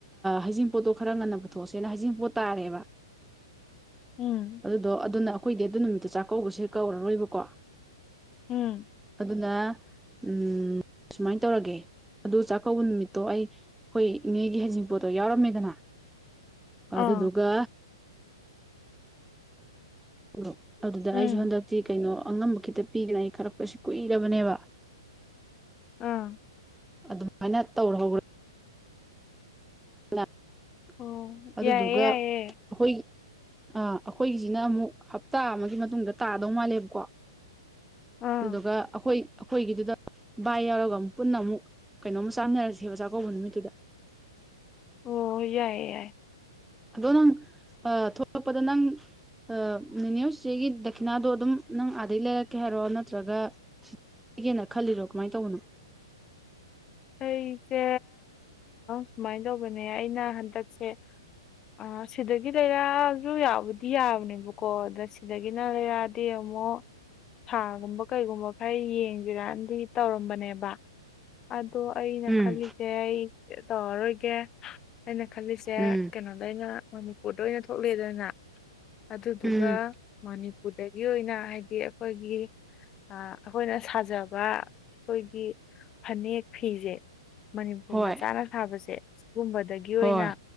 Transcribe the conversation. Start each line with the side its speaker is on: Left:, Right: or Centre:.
Centre: ꯍꯩꯖꯤꯡꯄꯣꯠꯇꯣ ꯈꯔ ꯉꯟꯅ ꯄꯨꯊꯣꯛꯑꯁꯦꯅ ꯍꯩꯖꯤꯡꯄꯣꯠ ꯇꯥꯔꯦꯕ
Left: ꯎꯝ
Centre: ꯑꯗꯨꯗꯣ ꯑꯗꯨꯅ ꯑꯩꯈꯣꯏꯗꯤ ꯑꯗꯨ ꯅꯨꯃꯤꯠꯇ ꯆꯥꯛꯀꯧꯕꯁꯦ ꯀꯧꯔꯔꯣꯏꯕꯀꯣ
Left: ꯎꯝ
Centre: ꯑꯗꯨꯅ ꯎꯝ ꯁꯨꯃꯥꯏ ꯇꯧꯔꯒꯦ ꯑꯗꯨ ꯆꯥꯛꯀꯧꯕ ꯅꯨꯃꯤꯠꯇꯣ ꯑꯩ ꯑꯩꯈꯣꯏ ꯏꯅꯦꯒꯤ ꯍꯩꯖꯤꯡ ꯄꯣꯠꯇꯣ ꯌꯥꯎꯔꯝꯃꯦꯗꯅ
Left: ꯑꯥ
Centre: ꯑꯗꯨꯗꯨꯒ ꯑꯣ ꯑꯗꯨꯗ
Left: ꯎꯝ
Centre: ꯑꯩꯁꯨ ꯍꯟꯗꯛꯇꯤ ꯀꯩꯅꯣ ꯑꯉꯝꯕ ꯈꯤꯇꯪ ꯄꯤꯒꯅꯥꯏ ꯈꯔꯛꯄꯁꯤ ꯀꯨꯏꯔꯕꯅꯦꯕ
Left: ꯑꯥ
Centre: ꯑꯗꯨꯃꯥꯏꯅ ꯇꯧꯍꯧ꯭ꯔꯦ <unintelligible>
Left: ꯑꯣ
Centre: ꯑꯗꯨꯗꯨꯒ
Left: ꯌꯥꯏꯌꯦ ꯌꯥꯏꯌꯦ
Centre: ꯑꯩꯈꯣꯏꯒꯤ ꯑꯥ ꯑꯩꯈꯣꯏꯒꯤꯁꯤꯅ ꯑꯃꯨꯛ ꯍꯞꯇꯥ ꯑꯃꯒꯤ ꯃꯇꯨꯡꯗ ꯇꯥꯗꯧ ꯃꯥꯜꯂꯦꯕꯀꯣ
Left: ꯑꯥ
Centre: ꯑꯗꯨꯗꯨꯒ ꯑꯩꯈꯣꯏ ꯑꯩꯈꯣꯏꯒꯤꯗꯨꯗ ꯕꯥꯏ ꯌꯥꯎꯔꯒ ꯑꯃꯨꯛ ꯄꯨꯟꯅ ꯑꯃꯨꯛ ꯀꯩꯅꯣꯝ ꯆꯥ ꯃꯤꯟꯅꯔꯁꯤ ꯑꯣꯖꯥ ꯀꯧꯕ ꯅꯨꯃꯤꯠꯇꯨꯗ꯫
Left: ꯑꯣ ꯌꯥꯏꯌꯦ ꯌꯥꯏ
Centre: ꯑꯗꯣ ꯅꯪ ꯊꯣꯛꯂꯛꯄꯗ ꯅꯪ ꯑꯥ ꯅꯦꯅꯦ ꯍꯧꯏ ꯆꯦꯆꯦꯒꯤ ꯗꯈꯤꯅꯥꯗꯣ ꯑꯗꯨꯝ ꯅꯪ ꯑꯥꯗꯒꯤ ꯂꯩꯔꯛꯀꯦ ꯍꯥꯏꯔꯣ ꯅꯠꯇ꯭ꯔꯒ ꯀꯒꯦꯅ ꯈꯜꯂꯤꯔꯣ ꯀꯃꯥꯏꯅ ꯇꯧꯕꯅꯣ
Left: ꯑꯩꯁꯦ ꯁꯨꯃꯥꯏꯅ ꯇꯧꯕꯅꯦ ꯑꯩꯅ ꯍꯟꯗꯛꯁꯦ ꯑꯥ ꯁꯤꯗꯒꯤ ꯂꯩꯔꯥꯁꯨ ꯌꯥꯎꯕꯨꯗꯤ ꯌꯥꯕꯅꯦꯕꯀꯣ ꯑꯗ ꯁꯤꯗꯒꯤꯅ ꯂꯩꯔꯥ ꯗꯩ ꯑꯃꯨꯛ ꯁꯥꯜꯒꯨꯝꯕ ꯀꯩꯒꯨꯝꯕ ꯈꯔ ꯌꯦꯡꯁꯤꯔꯅꯗꯤ ꯇꯧꯔꯝꯕꯅꯦꯕ ꯑꯗꯣ ꯑꯩꯅ
Centre: ꯎꯝ
Left: ꯈꯜꯂꯤꯁꯦ ꯑꯩ ꯇꯧꯔꯔꯣꯏꯒꯦ ꯑꯩꯅ ꯈꯜꯂꯤꯁꯦ
Centre: ꯎꯝ
Left: ꯀꯩꯅꯣꯗ ꯑꯩꯅ ꯃꯅꯤꯄꯨꯔꯗ ꯑꯣꯏꯅ ꯊꯣꯛꯂꯛꯑꯦꯗꯅ ꯑꯗꯨꯗꯨꯒ
Centre: ꯎꯝ
Left: ꯃꯅꯤꯄꯨꯔꯗꯒꯤ ꯑꯣꯏꯅ ꯍꯥꯏꯗꯤ ꯑꯩꯈꯣꯏꯒꯤ ꯑꯩꯈꯣꯏꯅ ꯁꯥꯖꯕ ꯑꯩꯈꯣꯏꯒꯤ ꯐꯅꯦꯛ ꯐꯤꯁꯦ ꯃꯅꯤꯄꯨꯔ
Centre: ꯍꯣꯏ
Left: ꯃꯆꯥꯅ ꯁꯥꯕꯁꯦ ꯁꯤꯒꯨꯝꯕꯗꯒꯤ ꯑꯣꯏꯅ꯫
Centre: ꯍꯣꯏ